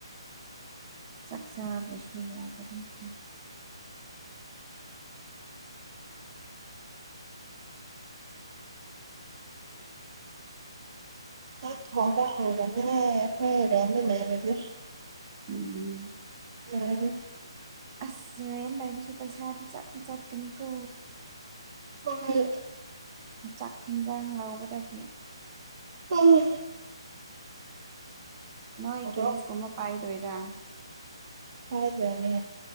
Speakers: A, on the right; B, on the right.
A: ꯆꯥꯛ ꯆꯥꯗ꯭ꯔꯁꯨ ꯌꯥꯗꯕ <unintelligible>
B: ꯆꯥꯛ ꯊꯣꯡꯕ ꯍꯧꯒꯅꯦ ꯑꯩꯈꯣꯏ ꯔꯦꯟꯗ ꯂꯩꯕꯗꯤ꯫
A: ꯎꯝ꯫
B: <unintelligible>
A: ꯑꯁ ꯔꯦꯟꯠ ꯂꯩꯕꯁꯨ ꯄꯩꯁꯥꯗꯤ ꯆꯠꯇꯤ ꯆꯠꯀꯅꯤꯀꯣ꯫
B: ꯍꯣꯏ꯫
A: ꯆꯥꯛ ꯍꯦꯟꯖꯥꯡ ꯂꯧꯕꯗꯒꯤ
B: ꯑ꯫
A: ꯅꯣꯏ
B: ꯑꯗꯣ
A: ꯀꯦꯁꯀꯨꯝꯕ ꯄꯥꯏꯗꯣꯏꯔꯥ꯫
B: ꯄꯥꯏꯗꯣꯏꯅꯦ꯫